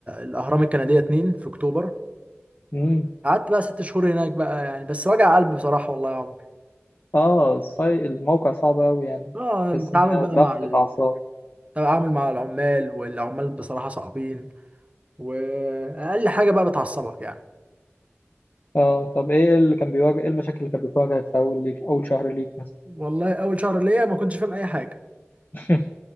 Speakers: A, on the right; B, on the left.
A: الاهرام الكنديه 2 في اكتوبر
B: امم
A: قعدت بقى ست شهور هناك بقى يعني بس وجع قلب بصراحه والله يا عمر
B: اه الصي... الموقع صعب قوي يعني
A: اه
B: تحس
A: التعامل
B: ان هي
A: بقى
B: ضغطة
A: مع ال-
B: اعصاب
A: التعامل مع العمال والعمال بصراحة صعبين وأقل حاجة بقى بتعصبك يعني
B: اه طب ايه اللي كان بيواجه ايه المشاكل اللي كانت بتواجهك في اول ليك اول شهر ليك مثلا
A: والله أول شهر ليا ما كنتش فاهم أي حاجة
B: <laughs>